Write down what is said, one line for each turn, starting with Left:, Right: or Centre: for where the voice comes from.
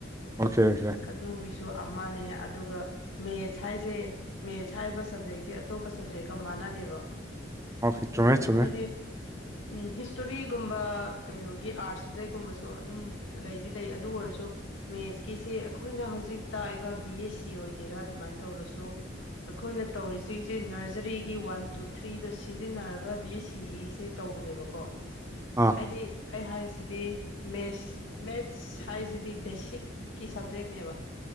Right: ꯑꯣꯁꯦ ꯑꯣꯦ
Left: ꯑꯗꯨꯒꯤꯁꯨ ꯑꯃꯅꯦ ꯑꯗꯨꯒ ꯃꯦꯠꯁ ꯍꯥꯏꯁꯦ ꯃꯦꯠꯁ ꯍꯥꯏꯔꯤꯕ ꯁꯞꯖꯦꯛꯁꯦ ꯑꯇꯣꯞꯄ ꯁꯕꯖꯦꯛꯀ ꯃꯥꯟꯅꯗꯦꯕ
Right: ꯑꯣꯀꯦ ꯆꯨꯝꯃꯦ
Left: ꯎꯝ
Right: ꯆꯨꯝꯃꯦ
Left: ꯍꯥꯏꯗꯤ ꯎꯝ ꯍꯤꯁꯇꯣꯔꯤꯒꯨꯝꯕ ꯀꯩꯅꯣꯒꯤ ꯑꯥꯔꯠ ꯁꯕꯖꯦꯛꯀꯨꯝꯕꯁꯨ ꯑꯗꯨꯝ ꯂꯩꯗꯤ ꯂꯩ ꯑꯗꯨ ꯑꯣꯏꯔꯁꯨ ꯃꯦꯠꯁꯀꯤꯁꯤ ꯑꯩꯈꯣꯏꯅ ꯍꯧꯖꯤꯛ ꯇꯥꯛꯏꯕ ꯕꯤ ꯑꯦꯁ ꯁꯤ ꯑꯣꯏꯒꯦꯔꯥ ꯑꯗꯨꯃꯥꯏꯅ ꯇꯧꯔꯁꯨ ꯑꯩꯈꯣꯏꯅ ꯇꯧꯔꯤꯁꯤꯡꯁꯦ ꯅꯔꯖꯔꯤꯒꯤ ꯋꯥꯟ ꯇꯨ ꯊ꯭ꯔꯤꯗꯣ ꯁꯤꯖꯤꯟꯅꯔꯒ ꯕꯤ ꯑꯦꯁ ꯁꯤꯁꯦ ꯇꯧꯕꯅꯦꯕꯀꯣ
Right: ꯑꯥ
Left: ꯍꯥꯏꯗꯤ ꯑꯩ ꯍꯥꯏꯁꯤꯗꯤ ꯃꯦꯁ ꯃꯦꯠꯁ ꯁꯥꯏꯟꯁꯁꯤꯗꯤ ꯕꯦꯁꯤꯛꯀꯤ ꯁꯕꯖꯦꯛꯅꯦꯕ